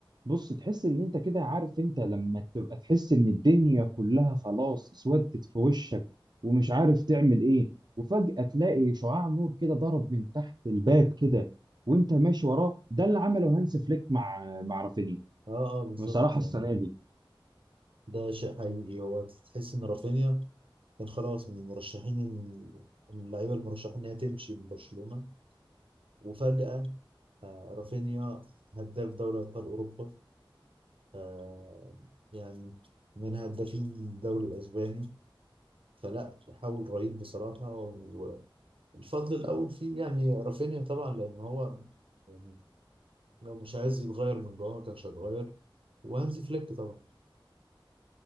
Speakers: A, on the right; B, on the right.
A: بص تحس ان انت كده عارف انت لما تبقى تحس ان الدنيا كلها خلاص اسودت في وشك ومش عارف تعمل ايه وفجأة تلاقي شعاع نور كده ضرب من تحت الباب كده وانت ماشي وراه ده اللي عمله هانس فليك مع مع رافينيا
B: اه اه بالظبط
A: بصراحة
B: يعني
A: السنة دي
B: ده شيء حقيقي هو تحس ان رافينيا كان خلاص من المرشحين من اللعيبة المرشحين انها تمشي من برشلونة وفجأة آه رافينيا هداف دوري ابطال اوروبا آه يعني من هدافين الدوري الاسباني فلا تحول رهيب بصراحة الفضل الأول فيه يعني رافينيا طبعا لأن هو يعني لو مش عايز يتغير من جوه ما كانش هيتغير وهانزي فليك طبعا